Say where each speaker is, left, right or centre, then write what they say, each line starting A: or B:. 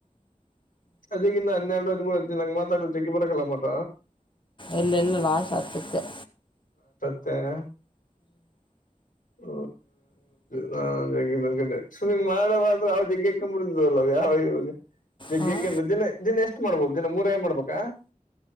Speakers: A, on the left; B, on the left.
A: ಅದಗಿಂದ ಹನ್ನೆರಡು ಹದಿಮೂರು ಹದ್ಿನ ನಂಗಗೆ ಮಾತಾಡೋ ಜಕ್ಕೆ ಬರಕಲ್ಲ ಮಟ.
B: ಎಲ್ಲ ಎಲ್ಲ ಲಾಸ್ ಆತ್ಕ.
A: ಹ. ಹ.... ಹ ನ ಸಮಿಂಗ್ ಮಾಡ್ರ ಅವ ಜಗ್ಗೆಾಕಬಿಡಿದಲ್ಲ ಯಾವ. ದಗ್ಗಕ್ರ
B: ಹಾಂ
A: ದಿನ ದಿನ ಎಷ್ಟು ಮಾಡ್ಬೋದು ದಿನ ಮೂರ ಏ ಮಾಡ್ಬೇಕಾ.